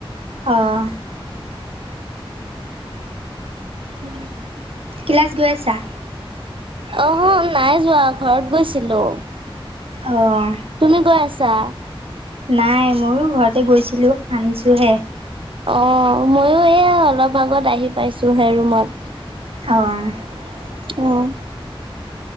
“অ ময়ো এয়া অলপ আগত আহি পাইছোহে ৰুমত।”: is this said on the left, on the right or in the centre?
Right